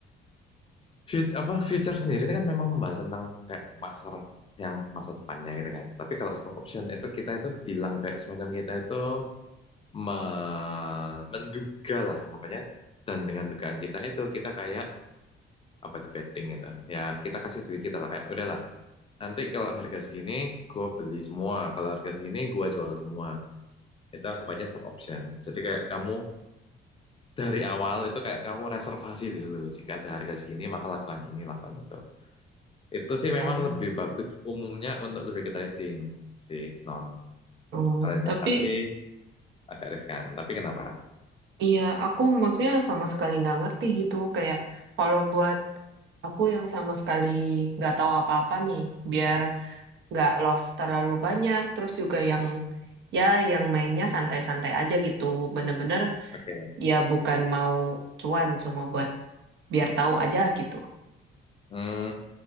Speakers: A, on the left (about 30°); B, on the right (about 70°).
A: fut- apa future sendiri itu kan memang membahas tentang kayak pasar yang masa depannya gitu kan. Tapi kalau stock option itu kita itu bilang kayak semacam kita itu me- menduga lah anggapannya dan dengan dugaan kita itu kita kayak apa itu betting gitu ya kita kasih duit kita lah kayak udahlah nanti kalau harga segini gue beli semua kalau harga segini gue jual semua itu anggap aja stock option jadi kayak kamu dari awal itu kayak kamu reservasi dulu jika ada harga segini maka lakukan ini lakukan itu itu sih memang
B: Hmm,
A: lebih bagus umumnya untuk lebih ke trading sih non
B: hmm,
A: kalau investasi
B: tapi
A: agak riskan tapi kenapa
B: Iya, aku maksudnya sama sekali nggak ngerti gitu. Kayak kalau buat aku yang sama sekali nggak tahu apa-apa nih, biar nggak lost terlalu banyak. Terus juga yang ya yang mainnya santai-santai aja gitu. Bener-bener
A: oke
B: ya bukan mau cuan, cuma buat biar tahu aja gitu.
A: Hmm,